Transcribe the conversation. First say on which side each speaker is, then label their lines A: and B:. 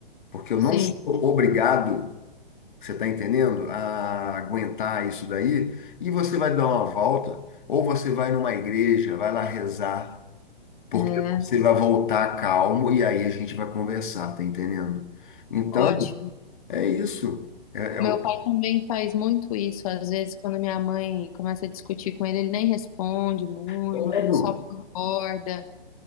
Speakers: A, on the left; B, on the left.
A: porque eu
B: sim,
A: não sou obrigado você está entendendo? A aguentar isso daí. E você vai dar uma volta, ou você vai numa igreja, vai lá rezar, porque
B: é
A: você vai voltar calmo e aí a gente vai conversar, tá entendendo? Então,
B: ótimo.
A: é isso. É, é
B: Meu
A: o...
B: pai também faz muito isso. Às vezes, quando minha mãe começa a discutir com ele, ele nem responde muito,
A: Claro.
B: ele só concorda.